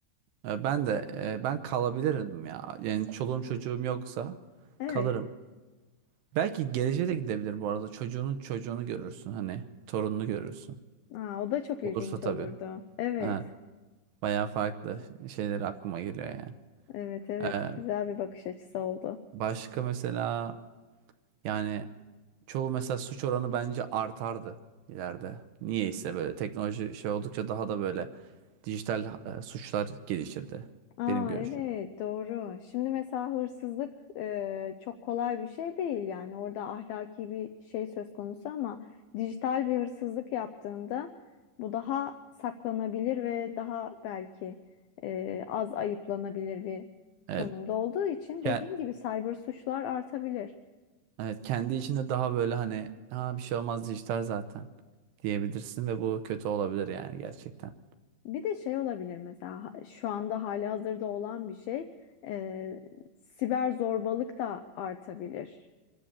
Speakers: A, on the right; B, on the left.
A: E, Ben de e, ben kalabilirim ya. Yani çoluğum çocuğum yoksa
B: Evet.
A: kalırım. Belki geleceğe de gidebilir bu arada. Çocuğunun çocuğunu görürsün hani. Torununu görürsün.
B: Aa, o da çok
A: Olursa
B: ilginç
A: tabii.
B: olurdu. Evet.
A: Ha, bayağı farklı şeyler aklıma geliyor yani.
B: Evet, evet.
A: E,
B: Güzel bir bakış açısı oldu.
A: başka mesela yani çoğu mesela suç oranı bence artardı ileride. Niyeyse böyle teknoloji şey oldukça daha da böyle dijital e, suçlar gelişirdi.
B: Aa
A: Benim görüşüm.
B: evet doğru. Şimdi mesela hırsızlık e, çok kolay bir şey değil yani orada ahlaki bir şey söz konusu ama dijital bir hırsızlık yaptığında bu daha saklanabilir ve daha belki e, az ayıplanabilir bir
A: Evet.
B: konumda olduğu için
A: Ke-
B: dediğin gibi cyber suçlar artabilir.
A: Evet kendi içinde daha böyle hani ha bir şey olmaz dijital zaten diyebilirsin ve bu kötü olabilir yani gerçekten.
B: Bir de şey olabilir mesela ha- şu anda hali hazırda olan bir şey e, siber zorbalık da artabilir.